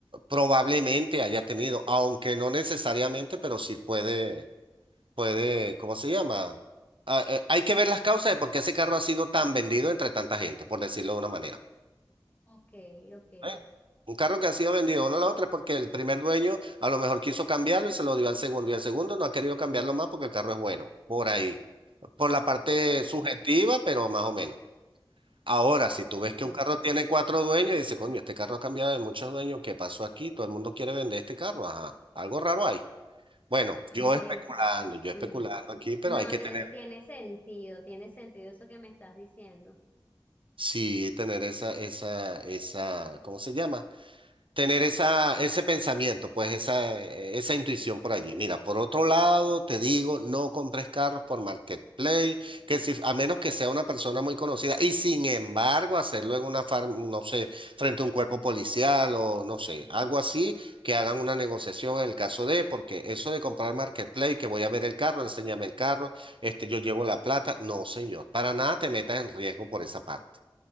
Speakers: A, on the right; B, on the left.
A: probablemente haya tenido, aunque no necesariamente, pero sí puede, puede, ¿cómo se llama? Ah, eh, hay que ver las causas de por qué ese carro ha sido tan vendido entre tanta gente, por decirlo de una manera.
B: Ok, ok,
A: ¿eh? Un carro que ha sido vendido uno a la otra es porque el primer dueño a lo mejor quiso cambiarlo y se lo dio al segundo y el segundo no ha querido cambiarlo más porque el carro es bueno, por ahí. Por la parte
B: ok,
A: subjetiva, pero más o menos. Ahora, si tú ves
B: ok.
A: que un carro tiene cuatro dueños y dices, coño, este carro ha cambiado de muchos dueños, ¿qué pasó aquí? Todo el mundo quiere vender este carro, ajá. Algo raro hay. Bueno, yo
B: Sí,
A: especulando, yo
B: sí.
A: especulando aquí, pero
B: No,
A: hay que
B: tiene,
A: tener,
B: tiene sentido, tiene sentido eso que me estás diciendo.
A: sí, tener esa, esa, esa, ¿cómo se llama? tener esa, ese pensamiento, pues esa, esa intuición por allí. Mira, por otro lado, te digo, no compres carros por Marketplace, que si, a menos que sea una persona muy conocida, y sin embargo, hacerlo en una farm, no sé, frente a un cuerpo policial o no sé, algo así, que hagan una negociación en el caso de, porque eso de comprar Marketplace, que voy a ver el carro, enséñame el carro, este, yo llevo la plata, no, señor, para nada te metas en riesgo por esa parte.